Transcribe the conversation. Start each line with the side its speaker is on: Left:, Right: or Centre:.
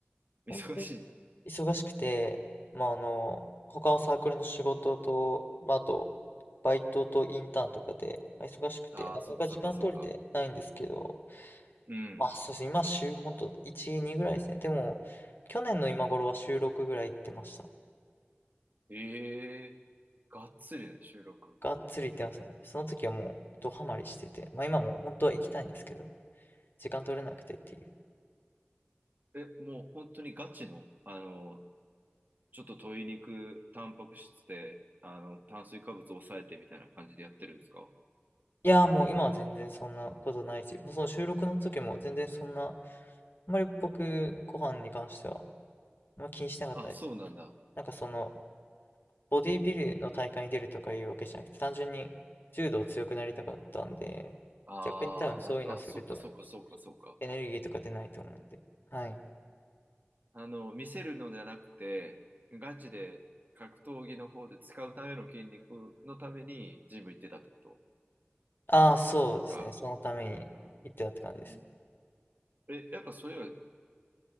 Right: 忙しいんだ。
Left: 本当に忙しくて、まああの、他のサークルの仕事と、まあ、あと、バイトとインターンとかで、まあ忙しくて、
Right: ああ、
Left: なかなか時間取れてないんですけど、
Right: そうかそうかそうか。うん。
Left: あ、そうですね。今、週、ほんと、1、2ぐらいですね。でも、去年の今頃は週6ぐらい行ってました。
Right: ええがっつりね、収録。
Left: がっつり行ってますね。その時はもう、ドハマりしてて。まあ今も本当は行きたいんですけど、時間取れなくてっていう。
Right: え、もう本当にガチの、あの、ちょっと鶏肉、タンパク質で、あの、炭水化物を抑えてみたいな感じでやってるんですか
Left: いやーもう今は全然そんなことないし、もうその収録の時も全然そんな、あんまり僕、ご飯に関しては、あんま気にしてなかったです。
Right: あ、そうなんだ。
Left: なんかその、ボディビルの大会に出るとかいうわけじゃなくて、単純に柔道強くなりたかったんで、
Right: ああ、
Left: 逆に多分そういうのをすると
Right: な、あ、そうかそうかそうかそうか。
Left: エネルギーとか出ないと思うんで。はい。
Right: あの、見せるのじゃなくて、ガチで格闘技の方で使うための筋肉のためにジム行ってたってこと
Left: ああ、そうですね。
Right: か。
Left: そのために行ってたって感じですね。
Right: うーん。うん、え、やっぱそれは